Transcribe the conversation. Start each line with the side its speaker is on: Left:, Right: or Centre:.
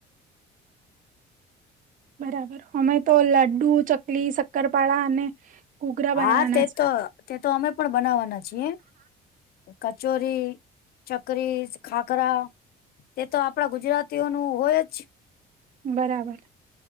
Right: બરાબર અમે તો લાડ્ડુ ચકલી શક્કરપાળા અને ઘૂઘરા
Left: હા
Right: બનાવવાના
Left: તે
Right: છે
Left: તો તે તો અમે પણ બનાવવાના છીએ કચોરી ચકરી ખાખરા એ તો આપડા ગુજરાતીઓ નું હોય જ
Right: બરાબર